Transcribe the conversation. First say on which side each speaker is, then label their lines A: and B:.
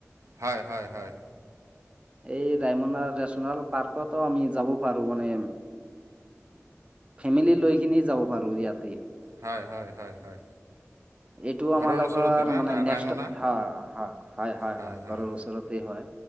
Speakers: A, on the right; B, on the right.
A: হয় হয়- হয়।
B: এই ৰায়মনা নেচনেল পাৰ্কতো আমি যাব পাৰো মানে ফেমিলি লৈ কিনেই যাব পাৰু ইয়াত।
A: হয়- হয়- হয় - হয়।
B: এইটো
A: ঘৰৰ
B: আমাৰ লগৰ
A: ওচৰতে না
B: মানে
A: না
B: নেক্সট
A: ৰায়মনা
B: হয় হয়-হয়
A: হয় হয়
B: ঘৰৰ ওচৰতেই হয়।